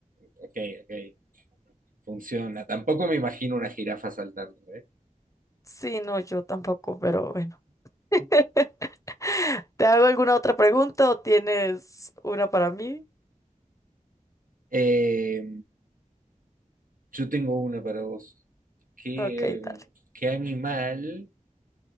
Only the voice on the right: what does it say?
ok, ok. Funciona. Tampoco me imagino una jirafa saltando, ¿eh?
Eh, yo tengo una para vos. ¿Qué,
qué animal